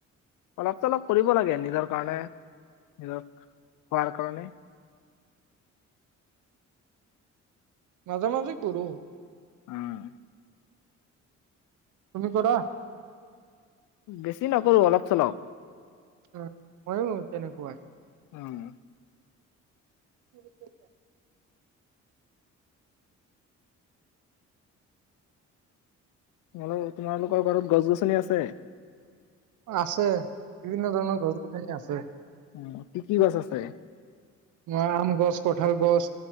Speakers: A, on the left; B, on the right.
A: অলপ চলপ কৰিব লাগে নিজৰ কাৰণে, নিজৰ খোৱাৰ কাৰণে।
B: মাজে-মাজে কৰোঁ।
A: উম।
B: তুমি কৰা।
A: বেছি নকৰোঁ অলপ চলপ।
B: অ', মইয়ো তেনেকুৱাই।
A: উম।
B: <inaudible>
A: <unintelligible> তোমালোকৰ ঘৰত গছ-গছনি আছে?
B: আছে, বিভিন্ন ধৰণৰ গছ-গছনি আছে।
A: উম, কি কি গছ আছে?
B: অ' আম গছ, কঠাল গছ,